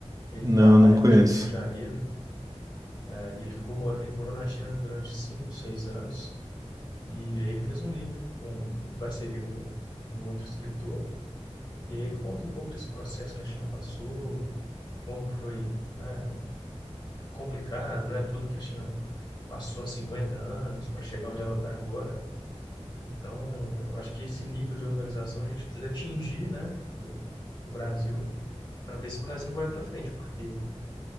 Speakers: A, on the left; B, on the right.
A: Ele
B: Não,
A: trabalha
B: não conheço.
A: hoje no Rio de Janeiro. eh, e ele ficou, mor- ele morou na China durante cinco, seis anos. E aí ele fez um livro com, em parceria com um outro escritor. E aí ele conta um pouco desse processo que a China passou, como que foi, né, complicado, né? Tudo que a China passou há 50 anos para chegar onde ela está agora. Então, eu acho que esse nível de organização a gente precisa atingir, né, no, no Brasil, para ver se o Brasil vai para frente, porque